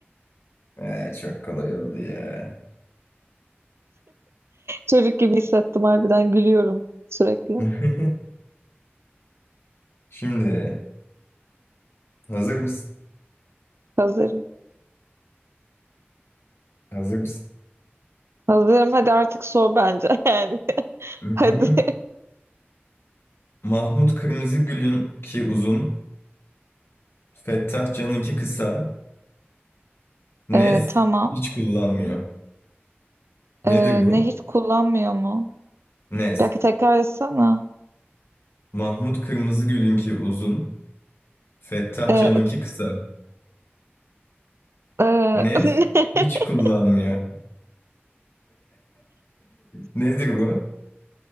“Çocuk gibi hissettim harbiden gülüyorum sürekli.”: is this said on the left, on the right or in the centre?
Right